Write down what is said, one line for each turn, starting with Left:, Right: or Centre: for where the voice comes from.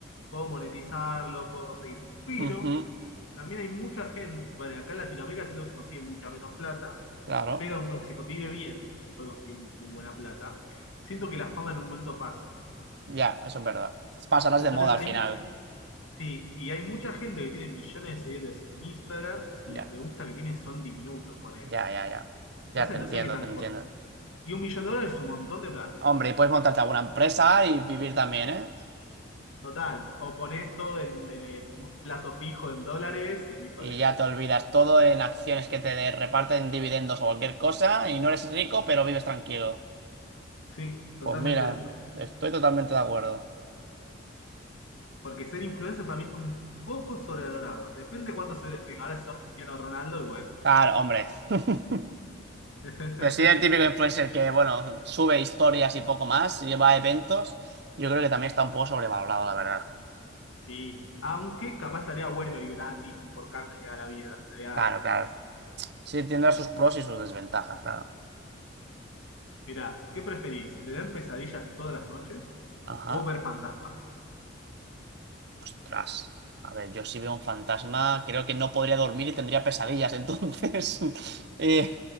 Left: puedo monetizarlo, puedo conseguir. Pero
Right: Ujú,
Left: también hay mucha gente, bueno, acá en Latinoamérica siento que se consigue mucha menos plata,
Right: claro.
Left: pero aunque se vive bien y se puede conseguir muy, muy buena plata, siento que la fama en un momento pasa.
Right: Ya, eso es verdad. Pasarás
Left: Entonces
Right: de moda al
Left: hay,
Right: final.
Left: mu- sí, y hay mucha gente que tiene millones de seguidores en Instagram,
Right: Ya,
Left: y los me gusta que tienen son diminutos, ponele.
Right: ya, ya, ya.
Left: Entonces
Right: Ya te entiendo,
Left: no sé qué tanto.
Right: te entiendo.
Left: po- Y un millón de dólares es un montón de plata,
Right: Hombre, y puedes montarte alguna empresa y vivir también, ¿eh?
Left: total. O ponés todo en, en- en un plazo fijo en dólares y listo
Right: Y
Left: eso.
Right: ya te olvidas todo en acciones que te de- reparten dividendos o cualquier cosa y no eres rico, pero vives tranquilo.
Left: Sí, totalmente
Right: Pues mira,
Left: eso.
Right: estoy totalmente de acuerdo.
Left: Porque ser influencer para mí está un poco sobrevalorado. Depende de cuánto se le tenga. Ahora sos Cristiano Ronaldo y bueno.
Right: Claro, hombre. <laughs>
Left: <laughs>
Right: Pero sí, el típico influencer que, bueno, sube historias y poco más, lleva eventos, yo creo que también está un poco sobrevalorado, la verdad.
Left: Sí, aunque capaz estaría bueno y gratis y por canje a la vida. Estaría,
Right: Claro, claro. Sí, tendrá sus pros y sus desventajas, claro.
Left: mirá, ¿qué preferís? ¿Tener pesadillas todas las noches
Right: Ajá.
Left: o ver fantasmas?
Right: Ostras. A ver, yo si veo un fantasma, creo que no podría dormir y tendría pesadillas, entonces. <laughs> Eh,